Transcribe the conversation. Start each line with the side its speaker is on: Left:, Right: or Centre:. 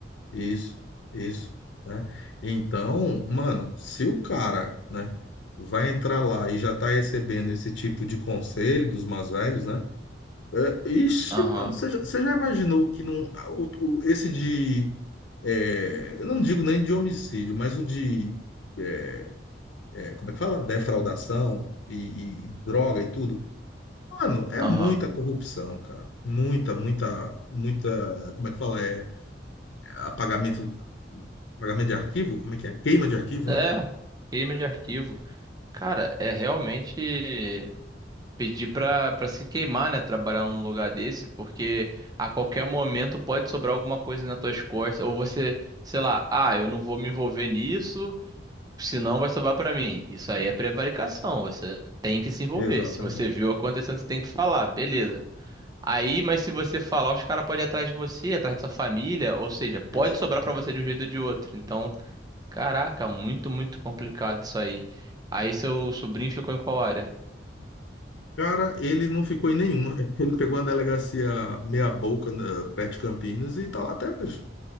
Left: isso, isso, né? Então, mano, se o cara, né, vai entrar lá e já tá recebendo esse tipo de conselho dos mais velhos, né? É, ixi,
Right: Aham,
Left: mano, você já, você já imaginou que não, o- o- esse de, é, eu não digo nem de homicídio, mas o de, é, é, como é que fala? Defraudação e e droga e tudo. Mano, é
Right: aham.
Left: muita corrupção, cara. Muita, muita, muita. Como é que fala? É apagamento, apagamento de arquivo? Como é que é? Queima de arquivo,
Right: É,
Left: né?
Right: crime de arquivo. Cara, é realmente. pedir pra, pra se queimar, né? Trabalhar num lugar desse, porque a qualquer momento pode sobrar alguma coisa nas tuas costas, ou você, sei lá, ah, eu não vou me envolver nisso, senão vai sobrar pra mim. Isso aí é prevaricação, você tem que se envolver.
Left: Exatamente.
Right: Se você viu acontecendo, você tem que falar, beleza. Aí, mas se você falar, os caras podem ir atrás de você, atrás da sua família, ou seja, pode
Left: Exatamente.
Right: sobrar pra você de um jeito ou de outro. Então, caraca, muito, muito complicado isso aí. Aí seu sobrinho ficou em qual área?
Left: Cara, ele não ficou em nenhuma. <laughs> Ele pegou uma delegacia meia-boca na- perto de Campinas e tá lá até hoje,